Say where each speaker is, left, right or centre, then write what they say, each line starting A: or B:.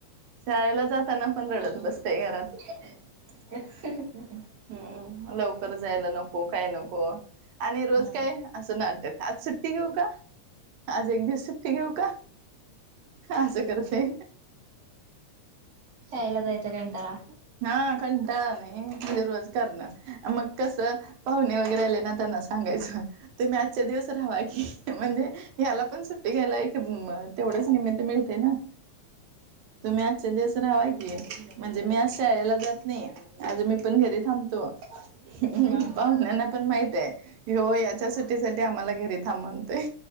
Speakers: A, on the right; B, on the right.
A: शाळेला जाताना पण रडत बसतय घरात.
B: <unintelligible>
A: हम्म लवकर जायला नको काय नको आणि रोज
B: हा
A: काय असं नाटक आज सुट्टी घेऊ का? आज एक दिवस सुट्टी घेऊ का? अस करतय.
B: शाळेला जायचां कंटाळा
A: हा कंटाळा आलाय म्हणजे रोज करणार मग कसं पाहुणे वगैरे आले ना त्यांना सांगायचं तुम्ही आजच्या दिवस राव्हा की म्हणजे ह्याला पण सुट्टी घ्यायला एक तेवढच निमित मिळतय ना तुम्ही आजच्या दिवस राव्हा की म्हणजे मी आज शाळेला जात नाही आज मी पण घरी थांबतो. हम्
B: हा
A: पाहुण्यांना पण माहितय हो याच्या सुट्टीसाठी आम्हाला घरी थांब म्हणतोय.